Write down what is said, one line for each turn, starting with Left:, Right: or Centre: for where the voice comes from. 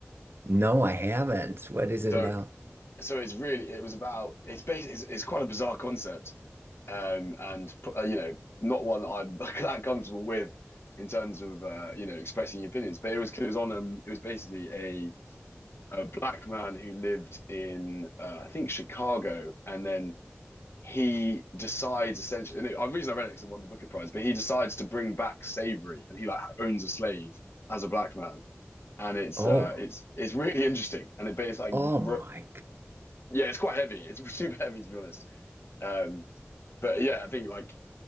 Right: No, I haven't. What is
Left: So,
Right: it about?
Left: so it's really, it was about, it's basically, it's, it's quite a bizarre concept. um, and uh, you know, not one that I'm <laughs> that comfortable with in terms of uh, you know expressing opinions. But it was it was on um, it was basically a a black man who lived in uh, I think Chicago, and then he decides essentially. And it, the reason I read it because it won the Booker Prize, but he decides to bring back slavery, and he like owns a slave as a black man, and it's
Right: Oh,
Left: uh, it's it's really <laughs> interesting, and it but it's like
Right: oh
Left: re-
Right: my
Left: yeah, it's quite heavy. It's <laughs> super heavy to be honest. Um, but yeah, I think like